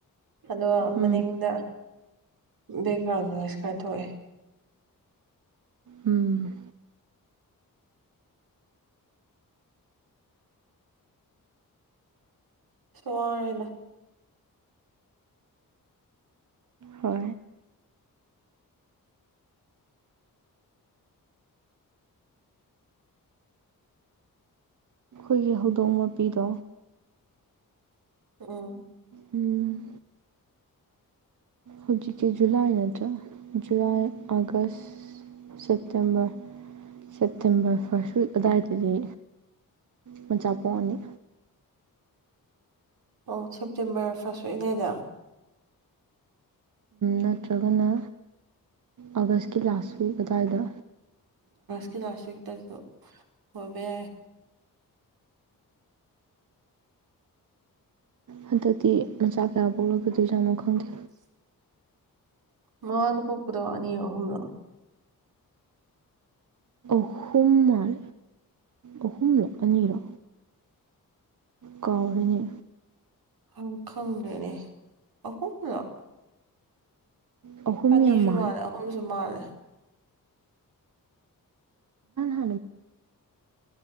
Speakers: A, on the right; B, on the right.
A: ꯑꯗꯣ ꯃꯅꯤꯡꯗ
B: ꯎꯝ
A: ꯗꯦꯕꯥꯔ ꯅꯦꯁ ꯈꯔꯥ ꯊꯣꯛꯏ
B: ꯎꯝ
A: ꯁꯣꯉꯔꯦꯅ
B: ꯍꯣꯏ ꯑꯩꯈꯣꯏꯒꯤ ꯍꯧꯗꯣꯡ ꯃꯄꯤꯗꯣ
A: ꯑ
B: ꯎꯝ ꯍꯧꯖꯤꯛꯀꯤ ꯖꯨꯂꯥꯏ ꯅꯠꯇ꯭ꯔꯥ ꯖꯨꯂꯥꯏ ꯑꯥꯒꯁ ꯁꯦꯞꯇꯦꯝꯕꯔ ꯁꯦꯞꯇꯦꯝꯕꯔ ꯐꯥꯔꯁ ꯑꯗꯨꯋꯥꯏꯗꯗꯤ ꯃ ꯆꯥꯄꯣꯛꯅꯤ
A: ꯑꯣ ꯁꯦꯞꯇꯦꯝꯕꯔ ꯐꯥꯔꯁ ꯁꯏꯅꯦꯗ
B: ꯅꯠꯇ꯭ꯔꯒꯅ ꯑꯥꯒꯁꯀꯤ ꯂꯥꯁ ꯋꯤꯛ ꯑꯗꯨꯋꯥꯏꯗ
A: ꯅꯥꯁꯨꯛꯗꯁꯨ ꯍꯕ
B: ꯍꯟꯗꯛꯇꯤ ꯃꯆꯥ ꯀꯌꯥ ꯄꯣꯛꯂꯛꯄꯗꯣꯏ ꯌꯥꯝꯥꯅꯣ ꯈꯪꯗꯦ
A: ꯃꯃꯥꯅ ꯄꯣꯛꯄꯗꯣ ꯑꯅꯤ ꯑꯍꯨꯝꯅꯣ
B: ꯑꯍꯨꯝꯥꯏ ꯑꯍꯨꯝꯂ ꯑꯅꯤꯔ ꯀꯥꯎꯔꯤꯅꯤ
A: ꯍꯪ ꯈꯪꯥꯡ ꯂꯩꯅꯦ ꯑꯍꯨꯝ ꯂ
B: ꯑꯍꯨꯝ
A: ꯄꯅꯤꯁꯨ
B: ꯌꯥꯝ ꯃꯥꯜꯂꯦ
A: ꯃꯥꯂ ꯍꯨꯝꯁꯨꯨꯃꯂ
B: ꯑ